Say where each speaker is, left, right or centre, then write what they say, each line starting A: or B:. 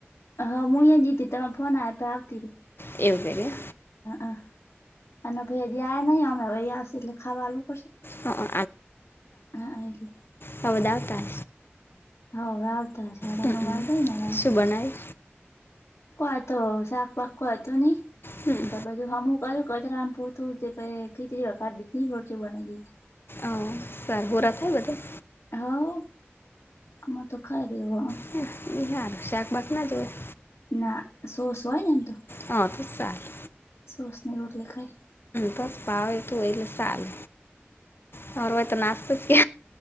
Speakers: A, on the left; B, on the left.
A: હ હું અહીયા જીતી તમે ફોન આવ પે આવતી ર
B: એવું કર
A: અ અને ભાઈ હજી આ નહીં અમે વહીંયાી લેખાવાલું.
B: હા
A: હ આલે
B: હ બદ આવતા
A: હ વ આવતા સાડા
B: હમ,
A: નવ
B: હમ.
A: વાજે ને વવતા
B: શું બનાવી
A: કોઈતો શાક પાક કોઈ હતું નહી
B: હમ
A: બધું હમું કર્યું કોત રામપુર તું તે પ ખીચરી વા કાઢતી હતી રોટલી બનાઇ દીધી.
B: ઓ સરાર હોરા થ બધા.
A: હા આમ તો ખાય રેવા.
B: શું શાકભાત ના જોવે.
A: ના સોસ હોય ને એમ તો.
B: હ તો સારુ.
A: સોસ ને રોટલી ખાય.
B: બસ પાવ તું એલે સારુ. હવાર હોય તો નાસ્તો કે.